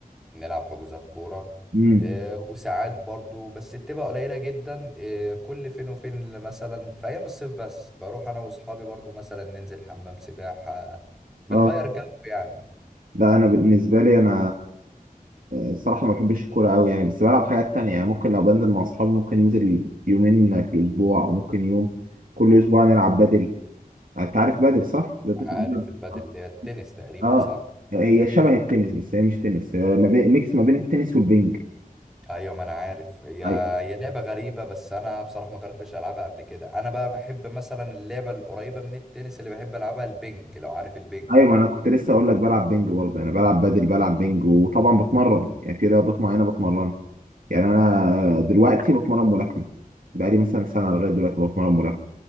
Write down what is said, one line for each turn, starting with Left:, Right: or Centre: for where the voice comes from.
Centre: بنلعب حجوزات كورة
Right: امم
Centre: إيه، وساعات برضو بس بتبقى قليلة جدا إيه، كل فين وفين اللي مثلا في ايام الصيف بس بروح انا واصحابي برضو مثلا ننزل حمام سباحة بنغير
Right: اه
Centre: جو يعني
Right: لا انا بالنسبه لي انا الصراحه ما بحبش الكوره قوي يعني بس بلعب حاجات تانية يعني ممكن لو بنزل مع اصحابي ممكن ننزل يومين في الاسبوع او ممكن يوم كل اسبوع نلعب بدل انت عارف بدل صح ده ده
Centre: عارف
Right: في البدل
Centre: البادل
Right: اه
Centre: اللي هي التنس تقريبا
Right: آه.
Centre: صح؟
Right: هي شبه التنس بس هي مش تنس هي ما بين ميكس ما بين التنس والبنج
Centre: ايوه ما انا عارف هي
Right: أي-
Centre: هي لعبه غريبه بس انا بصراحه ما جربتش العبها قبل كده انا بقى بحب مثلا اللعبه القريبه من التنس اللي بحب العبها البنج لو عارف البنج
Right: ايوه ما انا كنت لسه اقول لك بلعب بنج برضه انا بلعب بدل بلعب بنج وطبعا بتمرن يعني في رياضات معينه بتمرن يعني انا دلوقتي بتمرن ملاكمه بقالي مثلا سنه لغايه دلوقتي بتمرن ملاكمه